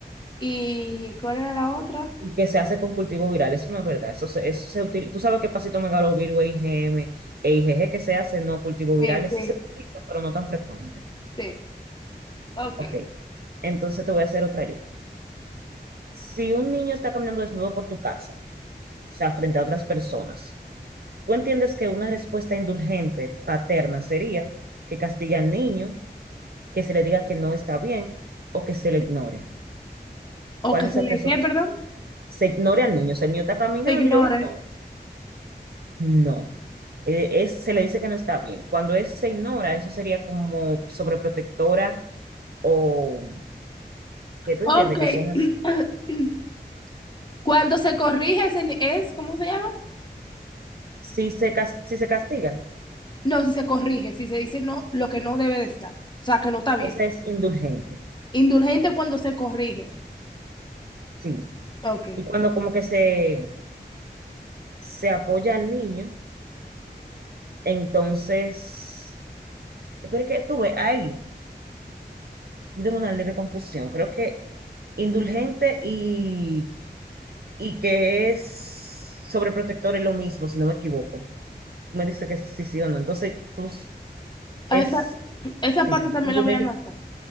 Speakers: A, on the left; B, on the right.
A: ¿Y cuál era la otra?
B: y que se hace con cultivo viral. Eso no es verdad. Eso se, eso se utiliza. Tú sabes que pasito megalovirus, I G m e I g G que se hace no cultivo virales.
A: Sí, sí,
B: Sí se utiliza, pero no tan frecuente.
A: sí. Ok.
B: Ok. Entonces te voy a hacer otra yo. Si un niño está caminando desnudo por tu casa, o sea, frente a otras personas, tú entiendes que una respuesta indulgente, paterna, sería que castigue al niño, que se le diga que no está bien o que se le ignore. ¿Cuál
A: O que
B: de esas
A: se le,
B: tres
A: ¿qué,
B: opciones?
A: perdón?
B: Se ignore al niño. O sea, el niño está caminando,
A: Se ignore.
B: yo lo ignoro. No, Eh, es, se le dice que no está bien. Cuando es se ignora, eso sería como sobreprotectora o que tú
A: Ok.
B: entiendes que son así.
A: <clears throat> Cuando se corrige, se- ni- es, ¿cómo se llama?
B: Si se, cas- si se castiga,
A: No, si se corrige, si se dice no, lo que no debe de estar. O sea, que no está bien.
B: esa es indulgente,
A: Indulgente cuando se corrige.
B: sí.
A: Ok.
B: Y cuando como que se, se apoya al niño, entonces, pero es que estuve ahí, yo tengo una leve confusión. Creo que indulgente y, y que es sobreprotector es lo mismo, si no me equivoco. Me dice que sí, sí o no. Entonces, tú Es,
A: A Esa, esa
B: sí,
A: parte también
B: indulgente.
A: la voy a anotar.